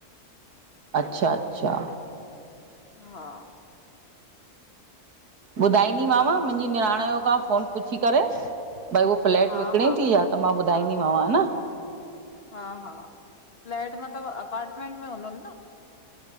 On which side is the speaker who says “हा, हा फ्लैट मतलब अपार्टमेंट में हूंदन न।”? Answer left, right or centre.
Left